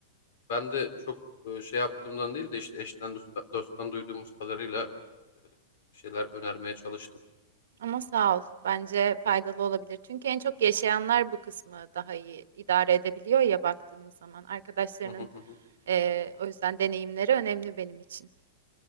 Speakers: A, on the left; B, on the right.
A: Ben de çok e, şey yaptığımdan değil de işte eşten dosta- dosttan duyduğumuz kadarıyla e, bir şeyler önermeye çalıştım.
B: <laughs> Ama sağ ol. Bence faydalı olabilir. Çünkü en çok yaşayanlar bu kısmı daha iyi idare edebiliyor ya baktığımız zaman. Arkadaşlarının
A: Hı hı hı hı.
B: e, o yüzden deneyimleri önemli benim için.